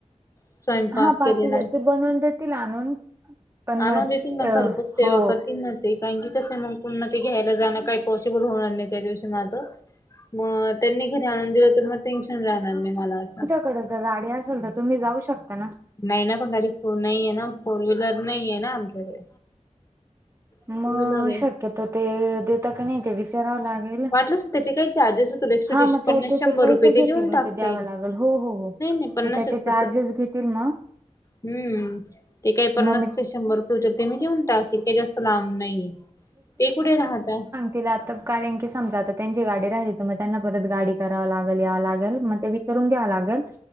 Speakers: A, on the left; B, on the right.
A: स्वयंपाक
B: हा पाात
A: केलेला
B: य
A: आहे.
B: ते बनवून देतील आणून. पण
A: आणून
B: मग
A: देतील ना
B: अ
A: घरपोच सेवा
B: हो
A: करतील ना. ते कारण की तसे मग पुन्हा ते घ्यायला जाणं काही पॉसिबल होणार नाही त्या दिवशी माझं. मग त्यांनी घरी आणून दिलं तर मग टेन्शन राहणार नाही मला असं.
B: क गाडी असेल तर तुम्ही जाऊ शकता ना.
A: नाही ना पण गाडीो नाही आहेे ना फोर व्हीलर नाही आहेे ना आमच्याकडे. टू
B: मग
A: व्हीलर आहे
B: शक्यतो ते देता क नाही ते विचारावं लागेल.
A: वाटलंस त्याचे काही चार्जेस होतील एक
B: हा मग त्याचे
A: पन्नास शंभर
B: पैसे
A: रुपये
B: घेतील
A: ते देऊन
B: मग
A: टाकता
B: द्यावं
A: येईल.
B: लागेल हो हो हो
A: नाही नाही पन्नासच
B: ते त्याचे चार्जेस
A: तस हम्म
B: घेतील मग
A: ते काय पन्नास.
B: मग मी
A: शंभर रुपये उचल ते मी लिहन टाकेल का जास्त लांब नाही ते कुठे राहत.
B: तिला आता कारण की समजा आता त्यांची गाडी राहिली हो त मग त्यांना परत गाडी कराव लागल यावं लागेल मग ते. चरून घ्यावा लागेल.